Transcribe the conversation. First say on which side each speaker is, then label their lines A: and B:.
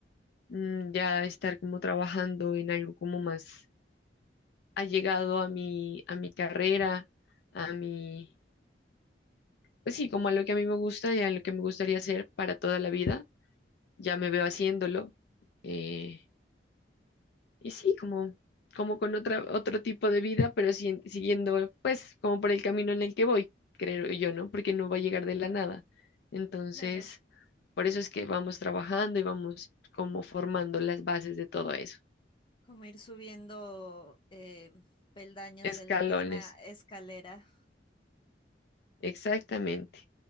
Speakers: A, on the left; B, on the left.
A: mm, ya estar como trabajando en algo como más allegado a mi, a mi carrera, a mi, pues sí, como a lo que a mí me gusta y a lo que me gustaría hacer para toda la vida. Ya me veo haciéndolo. eh, y sí, como, como con otra, otro tipo de vida, pero sí- siguiendo, pues, como por el camino en el que voy, creo yo, ¿no? Porque no va a llegar de la nada. Entonces,
B: Claro,
A: por eso es que vamos trabajando y vamos como formando las bases de todo eso.
B: como ir subiendo eh, peldaños
A: Escalones,
B: de la misma escalera
A: exactamente.